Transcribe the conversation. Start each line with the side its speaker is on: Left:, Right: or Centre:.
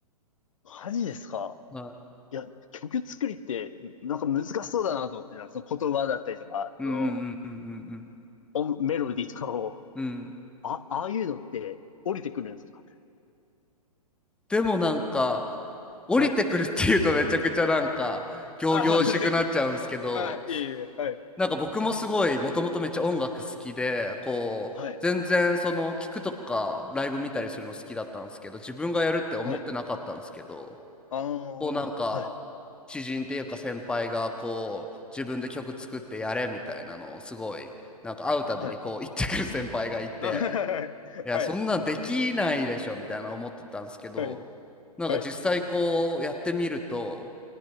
Left: マジですか
Centre: い。はい
Left: いや、曲作りって、なんか難しそうだなと思ってた、その言葉だったりとか、
Centre: うんうんうんうんう
Left: そ
Centre: ん
Left: の、音メロディーとかを、
Centre: うんうん
Left: あ、ああいうのって降りてくるんですか
Centre: でもなんか降りてくるっていうとめちゃくちゃなんか仰々しくなっちゃうんですけど
Left: はい。あ、<laughs> あ、いえいえ、はい。
Centre: なんか僕もすごいもともとめっちゃ音楽好きでこう全然その聞くとかライブ見たりするの好きだったんですけど自分がやるって思ってなかったんですけど
Left: はい。はい。ああ、
Centre: こうなんか知人っていうか先輩がこう自分で曲作ってやれみたいなのをすごいなんか会うたびにこう言ってくる先輩がいて。
Left: はい。はい。あ <laughs>
Centre: いや、
Left: はい。
Centre: そんなんできないでしょみたいな思ってたんですけど、
Left: はい。はい。
Centre: なんか実際こうやってみると、
Left: はい。